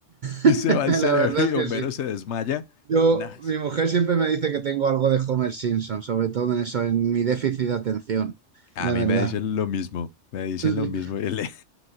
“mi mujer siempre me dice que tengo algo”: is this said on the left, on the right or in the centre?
Right